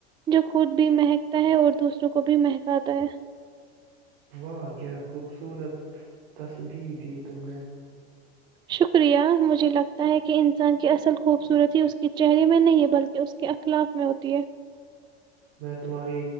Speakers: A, on the right; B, on the right.
A: جو خود بھی محک ت اور دوسروں کو بھی مہکاتا ہے
B: واہ کیا خوبصورت تصبیح دی تم نے
A: شکریہ مجھے لگتا ہے کہ انسان کی اصل خوبصورتی اس کے چہرے میں نہیں بلکہ اس کے اخلاق میں ہوتی ہے
B: میں تمہاری